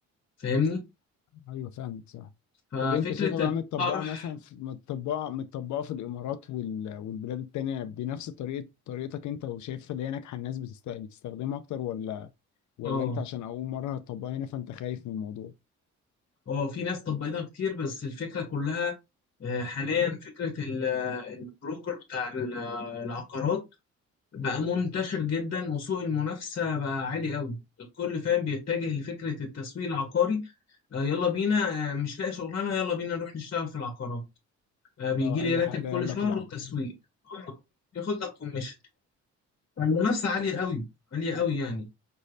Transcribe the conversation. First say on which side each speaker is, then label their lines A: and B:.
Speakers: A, on the left (about 40°); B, on the left (about 70°).
A: فاهمني
B: ايوه فاهمك صح
A: ففكره
B: طب انت شايفها بقى
A: الطرح
B: متطبقه مثلا في متطبقه متطبقه في الامارات وال... والبلاد التانية بنفس طريقه طريقتك انت وشايفها اللي هي ناجحه الناس بتست... بتستخدمها اكتر ولا ولا
A: اه
B: انت عشان اول مره هتطبقها هنا فانت خايف من الموضوع
A: اه في ناس طبقتها كتير بس الفكره كلها آه، حاليا فكره ال- آه، البروكر بتاع ال- آه، العقارات بقى منتشر جدا وسوق المنافسة بقى عالي قوي الكل فاهم بيتجه لفكرة التسويق العقاري آه يلا بينا آه مش لاقي شغلانة يلا بينا نروح نشتغل في العقارات آه
B: لا
A: بيجي لي
B: اي
A: راتب
B: حاجه
A: كل
B: يلا
A: شهر
B: في العقل
A: وتسويق آه، ياخد لك كوميشن فالمنافسة عالية قوي عالية قوي يعني